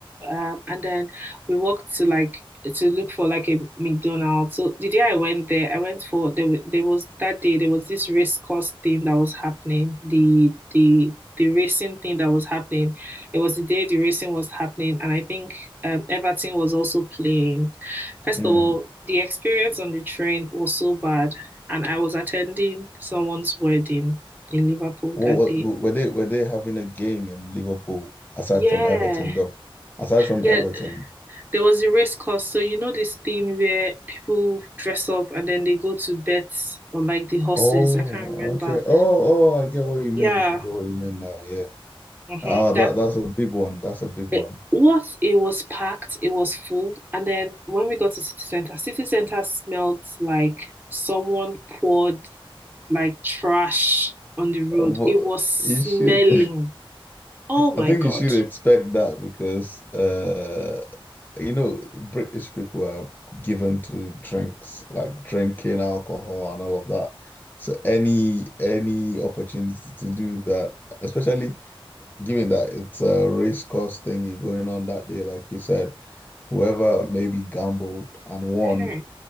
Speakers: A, on the right; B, on the left.
A: Um, and then we walked to like to look for like a McDonald's. So the day I went there, I went for there. wa- There was that day there was this race course thing that was happening. The the the racing thing that was happening. It was the day the racing was happening, and I think um, Everton was also playing. First
B: mm.
A: of all, the experience on the train was so bad, and I was attending someone's wedding in Liverpool
B: What,
A: that day.
B: what were they were they having a game in Liverpool aside
A: Yeah,
B: from Everton though? Aside from
A: yeah.
B: Everton.
A: There was a race course. So you know this thing where people dress up and then they go to bet on like the horses.
B: Oh,
A: I can't remember.
B: okay. Oh, oh, I get what you mean.
A: Yeah,
B: I get what you mean now. Yeah.
A: hmm
B: Ah,
A: That
B: that that's a big one. That's a big one.
A: it, what it was packed, it was full. And then when we got to city center, city center smelled like someone poured like trash on the road.
B: Uh, but
A: It was smelling.
B: You should.
A: Oh my
B: I think
A: God.
B: you should expect that because uh you know British people are given to drinks like drinking alcohol and all of that. So any any opportunity to do that, especially given that it's a race course thing going on that day, like you said, whoever maybe gambled and won,
A: Hmm.